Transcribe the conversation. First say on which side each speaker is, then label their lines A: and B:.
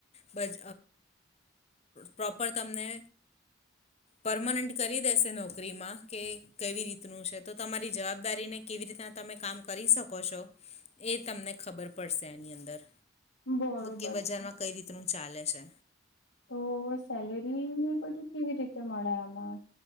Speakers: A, on the left; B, on the left.
A: બજ પ્રોપર તમને પરમનન્ટ કરી દેસે નોકરી માં કે કેવી રીતનું છે તો તમારી જવાબદારીને કેવી રીતના તમે કામ કરી શકો છો એ તમને ખબર પડશે એની અંદર
B: બરોબર
A: કે બજારમાં
B: છે
A: કઈ રી રતનું ચાલે છે
B: તો સેલેરી ને બધું કેવી રીતે મળે આમાં